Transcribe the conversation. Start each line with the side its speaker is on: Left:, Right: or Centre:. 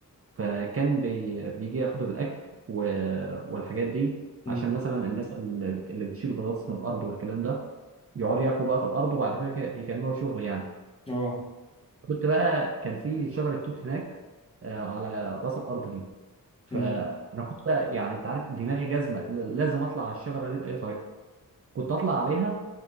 Right: فكان بي... بيجي ياخدوا الاكل و... والحاجات دي
Left: امم
Right: عشان مثلا الناس اللي, اللي بتشيل بطاطس من الارض والكلام ده يقعدوا ياكلوا بقى في الارض وبعد كده ك- يكملوا شغل يعني
Left: اه
Right: كنت بقى كان في شجره توت هناك آه، على راس الارض دي فانا
Left: امم
Right: كنت بقى يعني انت عارف دماغي جزمه ل- لازم اطلع على الشجره دي باي طريقه كنت اطلع عليها